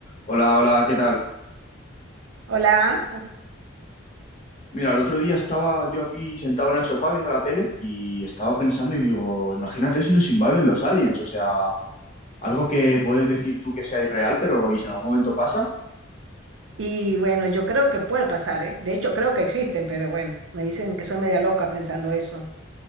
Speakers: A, on the left; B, on the right.
A: Hola, hola, ¿qué tal?
B: Hola,
A: Mira, el otro día estaba yo aquí sentado en el sofá viendo la tele y estaba pensando y digo, imagínate si nos invaden los aliens, o sea, algo que puedes decir tú que sea irreal, pero ¿y si en algún momento pasa?
B: y bueno, yo creo que puede pasar, ¿eh? De hecho, creo que existen, pero bueno, me dicen que soy media loca pensando eso.